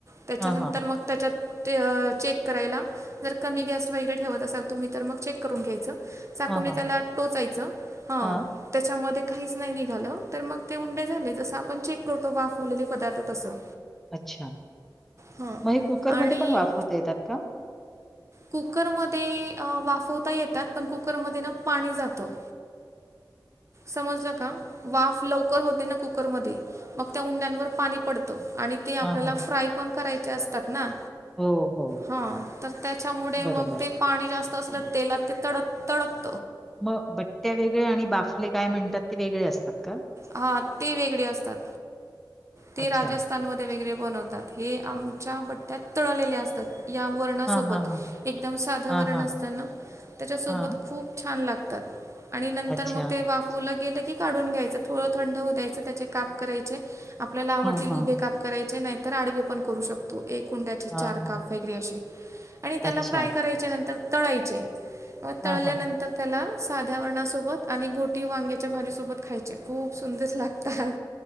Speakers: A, on the right; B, in the centre.
A: त्याच्यानंतर
B: हां, हां.
A: मग त्याच्या ते चेक करायला जर कमी गॅस वगैरे ठेवत असाल तुम्ही तर मग चेक करून घ्यायचं. चाकून
B: हां, हां.
A: त्याला टोचायचं हं
B: हां.
A: त्याच्यामध्ये काहीच नाही निघाल तर मग ते उंडे झाले. जसं आपण चेक करतो वाफवलेले पदार्थ तसं.
B: अच्छा,
A: हां
B: मग हे कुकरमध्ये
A: आणि
B: पण वाफवता येतात का?
A: कुकरमध्ये वाफवता येतात पण कुकरमध्ये ना पाणी जातं.
B: <inaudible> <inaudible>
A: समजलं का वाफ लवकर होते ना कुकर मध्ये मग त्या उंड्यांवर पाणी पडतं. आणि ते आपल्याला
B: हां, हां.
A: फ्राय पण करायचे असतात ना,
B: हो, हो.
A: हा तर त्याच्यामुळे
B: बरोबर.
A: मग ते पाणी जास्त असलं तेलात ते तडक तडक
B: मग बट्ट्या वेगळे आणि बाफले काय म्हणतात ते वेगळे असतात का
A: हा ते वेगळे असतात
B: अच्छा.
A: ते राजस्थानमध्ये वेगळे बनवतात हे आमच्या बट्ट्यात तळलेले असतात या वर्णासोबत
B: हां, हां, हां.
A: एकदम साधं
B: हां,
A: वर्ण
B: हां.
A: असताना त्याच्यासोबत
B: हां.
A: खूप छान लागत आणि नंतर
B: अच्छा.
A: मग ते वाफवलं गेलं की काढून घ्यायचं थोडं थंड होऊ द्यायचं त्याचे काप करायचे आपल्याला ला आवडतील
B: हां, हां.
A: उभे काप करायचे जचे नाहीतर आडवे पण करू शकतो एक कुंड्याचे
B: हां,
A: चार
B: हां.
A: काप वगैरे असे आणि त्याला
B: अच्छा.
A: फ्राय करायचे नंतर तळायचे व
B: हां,
A: तळल्यानंतर
B: हां.
A: त्याला साध्या वर्णासोबत आणि घोटी वांग्याच्या भाजीसोबत खायचे खूप सुंदर लागतात